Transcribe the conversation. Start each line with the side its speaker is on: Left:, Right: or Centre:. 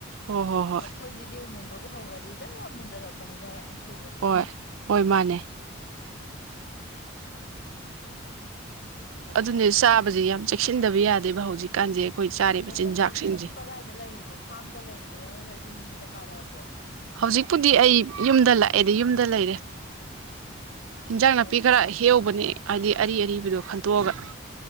Right: ꯍꯣꯏ ꯍꯣꯏ ꯍꯣꯏ
Left: ꯂꯐꯣꯏꯁꯤꯗꯤ ꯃꯨꯟꯕ ꯍꯧꯈ꯭ꯔꯗꯤ ꯆꯔ ꯃꯨꯟꯖꯜꯂꯛꯄꯅꯤꯅ ꯌꯥꯝ ꯊꯨꯕꯅꯤ
Right: ꯍꯣꯏ ꯍꯣꯏ ꯃꯥꯅꯦ ꯑꯗꯨꯅꯦ ꯆꯥꯕꯁꯦ ꯌꯥꯝ ꯆꯦꯛꯁꯤꯟꯗꯕ ꯌꯥꯗꯦꯕ ꯍꯧꯖꯤꯛꯀꯥꯟꯁꯦ ꯑꯩꯈꯣꯏ ꯆꯥꯔꯤꯕ
Left: ꯑꯣ
Right: ꯆꯤꯟꯖꯥꯛꯁꯤꯡꯁꯦ
Left: ꯍꯧꯖꯤꯛꯄꯨ ꯀꯗꯥꯏꯗ ꯂꯩꯔꯤꯅꯣ ꯐꯥꯔꯝꯗ ꯂꯩꯔꯤꯅꯣ ꯑꯗꯨ ꯅꯠꯇ꯭ꯔꯒ ꯌꯨꯝ ꯌꯨꯝꯗ ꯀꯥꯔꯛꯑꯕ꯭ꯔꯣ
Right: ꯍꯧꯖꯤꯛꯄꯨꯗꯤ ꯑꯩ ꯌꯨꯝꯗ ꯂꯥꯛꯑꯦꯗꯤ ꯌꯨꯝꯗ ꯂꯩꯔꯦ ꯏꯟꯖꯥꯡ ꯅꯥꯄꯤ
Left: ꯑꯣ
Right: ꯈꯔ ꯍꯦꯛꯎꯕꯅꯦ ꯑꯗꯤ ꯑꯔꯤ ꯑꯔꯤꯕꯗꯣ ꯈꯟꯇꯣꯛꯑꯒ